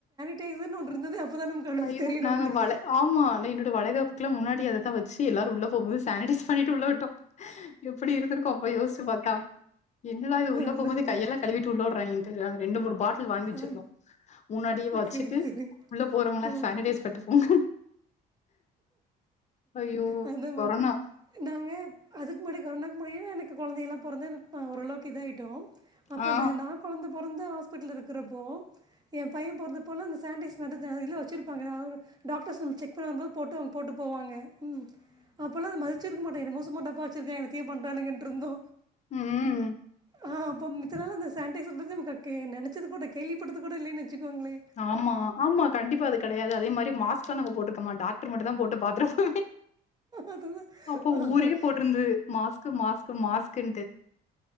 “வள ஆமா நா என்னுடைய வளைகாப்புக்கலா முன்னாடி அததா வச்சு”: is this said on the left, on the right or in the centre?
Left